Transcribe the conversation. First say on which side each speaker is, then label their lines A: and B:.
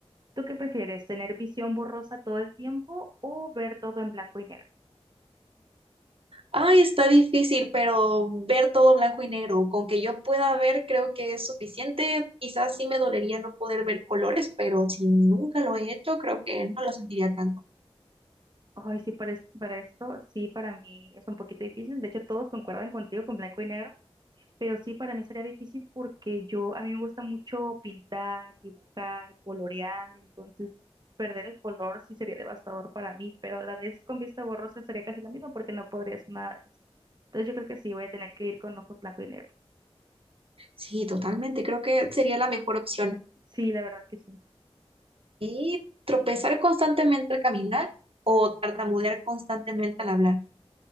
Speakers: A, on the right; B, on the right.
A: ¿tú qué prefieres? ¿Tener visión borrosa todo el tiempo o ver todo en blanco y negro?
B: Ay, está difícil, pero ver todo blanco y negro. Con que yo pueda ver, creo que es suficiente. Quizás sí me dolería no poder ver colores, pero si nunca lo he hecho, creo que no lo sentiría tanto.
A: Ay, sí, para, es- para esto, sí, para mí es un poquito difícil. De hecho, todos concuerdan contigo con blanco y negro. Pero sí, para mí sería difícil porque yo, a mí me gusta mucho pintar, dibujar, colorear, entonces perder el color sí sería devastador para mí, pero a la vez con vista borrosa sería casi lo mismo porque no podría hacer nada de eso. Entonces yo creo que sí, voy a tener que ir con ojos blanco y negro.
B: Sí, totalmente. Creo que sería la mejor opción.
A: Sí, la verdad que sí.
B: Y tropezar constantemente al caminar o tartamudear constantemente al hablar.